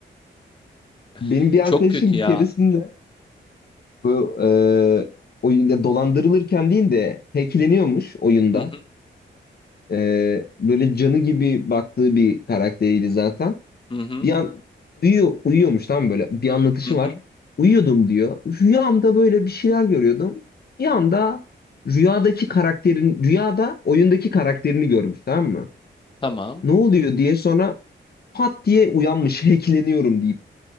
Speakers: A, on the left; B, on the left.
A: <laughs> Benim
B: <laughs>
A: bir
B: Çok
A: arkadaşım
B: kötü ya.
A: bir keresinde bu e, oyunda dolandırılırken değil de hackleniyormuş oyunda.
B: Hı hı
A: E, böyle canı gibi baktığı bir karakteriydi zaten.
B: hı hı
A: Bir an uyuyor, uyuyormuş tam böyle bir anlatışı
B: hı. hı.
A: var. Uyuyordum diyor. Rüyamda böyle bir şeyler görüyordum. Bir anda rüyadaki karakterin, rüyada oyundaki karakterini görmüş tamam mı?
B: Tamam.
A: Ne oluyor diye sonra pat diye uyanmış, hackleniyorum deyip.